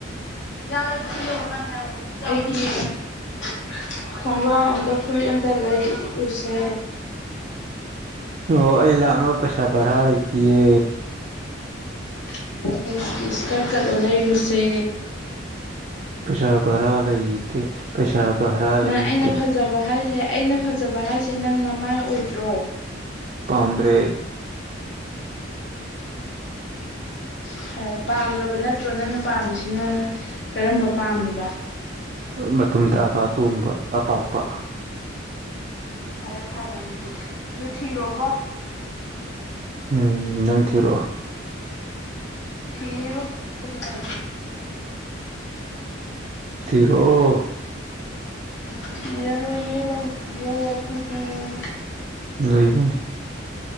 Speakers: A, on the left (about 65°); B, on the right (about 40°).
A: ꯌꯥꯔ‌ꯣꯏ ꯁꯤ ꯇꯧꯔꯀꯟꯗ ꯍꯥꯏꯔꯛꯑ‌ꯣ ꯑꯩꯒꯤ ꯈꯣꯡꯒ꯭ꯔꯥꯎ ꯑꯃꯇ ꯐꯨꯔꯤꯠ ꯑꯃꯇ ꯂꯩꯔꯨꯁꯦ
B: ꯑꯣ ꯑꯩ ꯂꯥꯛꯅꯕ ꯄꯩꯁꯥ ꯚꯔꯥ ꯂꯩꯇꯌꯦ
A: <unintelligible> ꯏꯁꯀꯥꯠ ꯀꯗꯨ ꯂꯩꯔꯨꯁꯦ
B: ꯄꯩꯁꯥ ꯕꯔꯥ ꯂꯩꯇ ꯄꯩꯁꯥ ꯕꯔꯥ
A: ꯅꯪ
B: ꯂꯩꯇ
A: ꯑꯩꯅ ꯐꯖꯕ ꯍꯥꯏꯁꯦ ꯑꯩꯅ ꯐꯖꯕ ꯍꯥꯏꯁꯦ ꯅꯪꯅ ꯃꯥꯏ ꯑꯣꯏꯗ꯭ꯔꯣ
B: ꯄꯥꯝꯗ꯭ꯔꯦ
A: ꯐ꯭ꯔ‌ꯦ ꯄꯥꯝꯗ꯭ꯔꯕ ꯅꯠꯇ꯭ꯔꯣ ꯅꯪꯅ ꯄꯥꯝꯃꯤꯁꯤꯅ ꯀꯔꯝꯕ ꯄꯥꯝꯃꯤꯕ
B: ꯃꯇꯨꯝ ꯇꯥꯕ ꯑꯇꯣꯡꯕ ꯑꯄꯥꯛꯄ
A: ꯐꯔꯦ ꯐꯔꯦ ꯑꯗꯨꯗꯤ ꯑꯗꯨ ꯊꯔꯣꯀꯣ
B: ꯎꯝ ꯅꯪ ꯊꯤꯔꯛꯑꯣ
A: ꯊꯤꯔꯨ ꯑꯩꯈꯧꯏꯗꯤ ꯂꯩꯇ‌ꯦ
B: ꯊꯤꯔꯣ
A: ꯊꯤꯔꯔ‌ꯣꯏꯌ‍ꯦ ꯂꯩꯇꯤꯌ‌ꯦ ꯑꯩꯈꯧꯏꯗꯤ
B: ꯂꯩꯕꯅꯤ